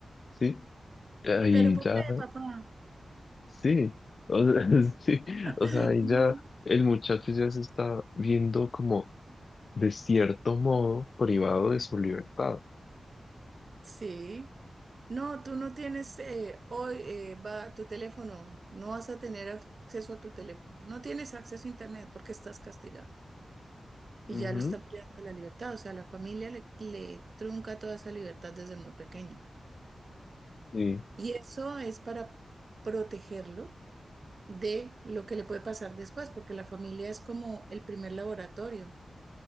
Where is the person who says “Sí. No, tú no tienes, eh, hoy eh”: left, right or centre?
Right